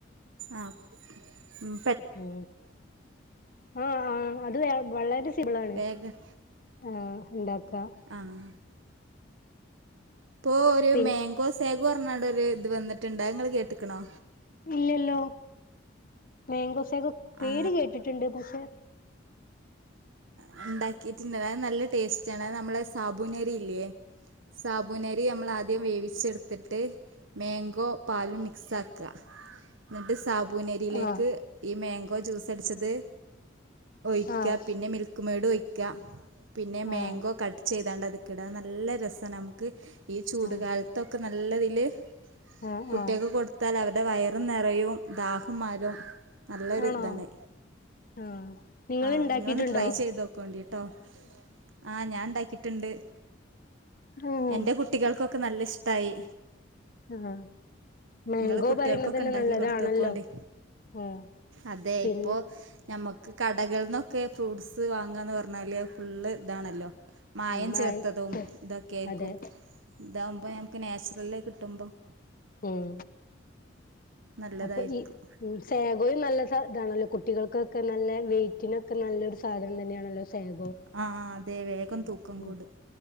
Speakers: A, on the right; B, on the left.
A: ആഹ് ഉം
B: ഒ ആഹ് ആഹ് അത് വ വളരെ സിമ്പിളാണ്
A: വേഗം
B: ആഹ് ഉണ്ടാക്കാം
A: ആഹ് ഇപ്പൊ ഒരു
B: പിൻ
A: മേങ്കോ സേഗൊന്ന്പറഞ്ഞ് ഒരു ഇത് വന്നിട്ടുണ്ട് അത്നിങ്ങള് കേട്ട്ക്ക്ണോ
B: ഇല്ലല്ലോ മേങ്കോസേഗോക്കെ പേര്
A: ആ
B: കേട്ടിട്ടുണ്ട് പക്ഷേ
A: ആഹ് ഉണ്ടാക്കിട്ട്ണ്ട് അത് നല്ല ടേസ്റ്റ ആണ് നമ്മളെ സാബൂനരി ഇല്ലേ സാബൂനരി നമ്മൾ ആദ്യം വേവിച്ചെടുത്തിട്ട് മാേങ്കോ പാലും മിക്സ് ആക്ക് എന്നിട്ട് സാബൂനരിയിലേക്ക്
B: ആഹ്
A: ഈ മേൻഗ് കൊ ജൂസട്ച്ചത് ഒഴിക്ക
B: ആഹ്
A: പിന്നെ മിൽക്ക്മേഡു ഒയിക്ക. പിന്നെ മേങ്കോ
B: ആഹ്
A: കട്ട് ചെയ്താണ്ടത്. ക് ടാ നല്ല രസാണ് നമക്ക് ഈ ചൂട്
B: ആഹ് ആഹ്
A: കാലത്തൊക്കെ നല്ലതില്.
B: ആഹ്
A: കുട്ട്യക്ക്
B: ആഹ്
A: കൊട്ത്താൽ അവര്ടെ വയറും നെറയും ദാഹംമാറും നല്ലൊരു.
B: ആണോ
A: ദാണ്.
B: ആഹ് നിങ്ങള്
A: ആഹ്
B: ഇണ്ടാക്കിയിട്ടുണ്ടോ
A: നിങ്ങളൊന്ന് ട്രൈ ചെയ്തോക്കോണ്ടിട്ടോ ആഹ് ഞാണ്ടാക്കിട്ട്ണ്ട്.
B: ഉം
A: എന്റെ കുട്ടികൾക്കൊക്ക നല്ലഷ്ടായി.
B: ആഹ്. മാങ്കോ
A: ങ്ങള് കുട്ട്യാൾക്കൊക്കണ്ടാക്കി
B: പറയുന്നതന്നെ നല്ലതാണല്ലോ
A: കൊട്ത്തോക്കോണ്ടി
B: ഉം
A: അതെ
B: പിന്നെ
A: ഇപ്പൊ. ഞമ്മക്ക് കടകൾന്നൊക്കെ ഫ്രൂട്ട്സ് വാങ്ങന്ന് പർഞ്ഞാല് അ ഫുള്ള് താണല്ലോ. മായം
B: ന്നായി
A: ചേർത്തതും തൊക്കെര്ക്കും
B: അതെ
A: താവുമ്പൊ ഞമക്ക് നാച്ചുറല് കിട്ടുമ്പം.
B: ഉം.
A: നല്ലതായിരിക്കും
B: അപ്പൊ ഈ ഉം സേഗോയും നല്ല സ താണല്ലോ കുട്ടികൾക്കൊക്കെ നല്ല വെയിറ്റിനൊക്കെ നല്ല സാധനം തന്നെയാണല്ലോ സേഗോ
A: ആ അതെ വേഗം
B: ഉം
A: തൂക്കം
B: ഉം
A: കൂടും